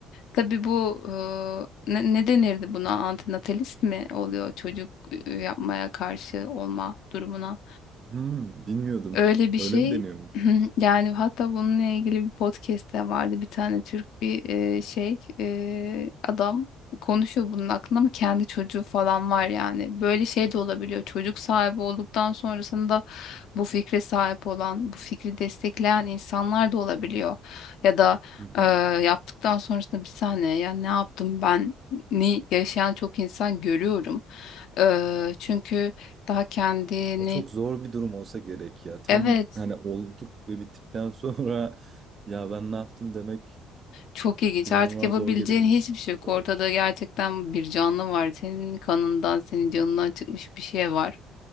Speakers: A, on the left; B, on the right.
A: Tabii bu e, ne, ne denirdi buna? Antinatalist mi oluyor çocuk e, yapmaya karşı olma durumuna?
B: Hmm, bilmiyordum.
A: Öyle bir
B: Öyle
A: şey
B: mi deniyormuş?
A: <clears throat> yani hatta bununla ilgili bir podcast de vardı bir tane Türk bir e, şey e, adam konuşuyor bunun hakkında ama kendi çocuğu falan var yani böyle şey de olabiliyor çocuk sahibi olduktan sonrasında bu fikre sahip olan bu fikri destekleyen insanlar da olabiliyor ya da
B: <laughs>
A: e, yaptıktan sonrasında bir saniye ya ne yaptım ben ni yaşayan çok insan görüyorum E, çünkü daha kendini
B: O çok zor bir durum olsa gerek ya. Tam
A: evet
B: hani olduk ve bittikten sonra <laughs> ya ben ne yaptım demek
A: Çok ilginç.
B: İnanılmaz
A: Artık yapabileceğin
B: zor gelir insana.
A: hiçbir şey
B: Çok
A: yok.
B: ağırdır.
A: Ortada gerçekten bir canlı var. Senin kanından, senin canından çıkmış bir şey var.